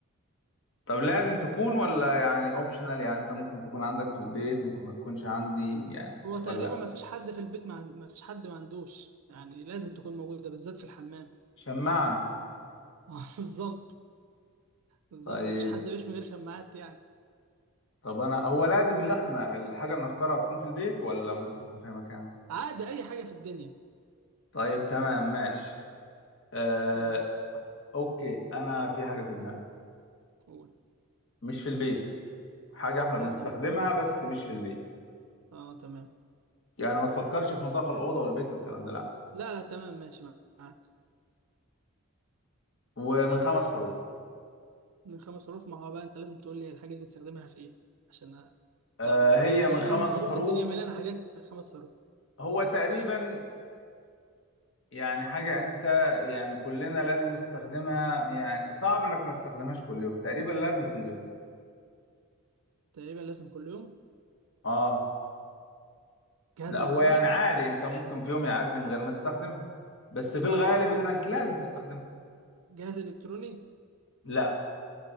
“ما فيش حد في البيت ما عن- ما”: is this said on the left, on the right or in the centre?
Right